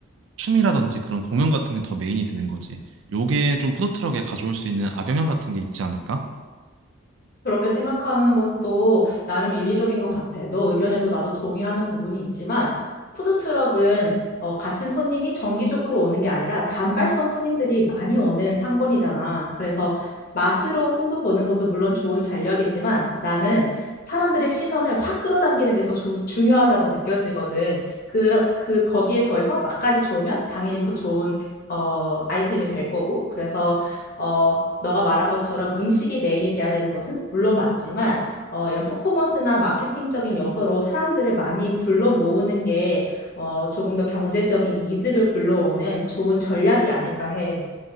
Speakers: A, on the right (about 70°); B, on the left (about 45°).
A: 춤이라든지 그런 공연 같은 게 더 메인이 되는 거지. 요게 좀 푸드트럭에 가져올 수 있는 악영향 같은 게 있지 않을까?
B: 그렇게 생각하는 것도 나름 일리적인 것 같아. 너 의견에도 나도 동의하는 부분이 있지만, 푸드트럭은 어, 같은 손님이 정기적으로 오는 게 아니라 단발성 손님들이 많이 오는 상권이잖아. 그래서 맛으로 승부 보는 것도 물론 좋은 전략이지만 나는 사람들의 시선을 확 끌어당기는 게 더 중요하다고 느껴지거든. 그, 그, 거기에 더해서 맛까지 좋으면 당연히 더 좋은 어, 아이템이 될 거고. 그래서 어, 너가 말한 것처럼 음식이 메인이 돼야 되는 것은 물론 맞지만 어, 이런 퍼포먼스나 마케팅적인 요소로 사람들을 많이 불러 모으는 게 어, 조금 더 경제적인 이득을 불러오는 좋은 전략이 아닐까 해.